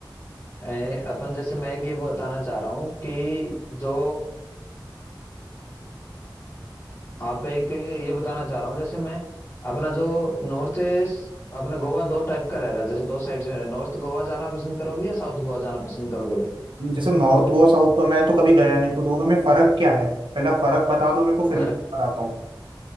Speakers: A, on the left; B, on the right.
A: ए, अपन जैसे मैं एक ये बताना चाह रहा हूँ कि जो आप एक ये बताना चाह रहा हूँ जैसे मैं अपना जो नॉर्थ ईस्ट अपना गोवा दो टाइप का रह रहा है जैसे दो साइड्स में रह, नॉर्थ गोवा जाना पसंद करोगे या साउथ गोवा जाना पसंद करोगे भाई
B: जैसे नॉर्थ गोवा साउथ गोवा मैं तो कभी गया नहीं हूँ, तो दोनों में फर्क क्या है पहला फर्क बता दो मेरे को फिर
A: फर्क
B: मैं बताता हूँ